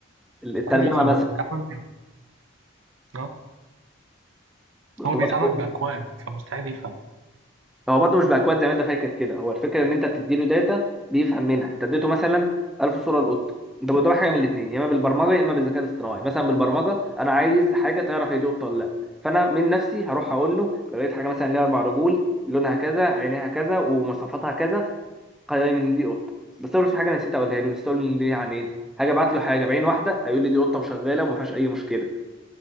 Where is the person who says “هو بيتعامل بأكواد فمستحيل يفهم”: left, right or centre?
Right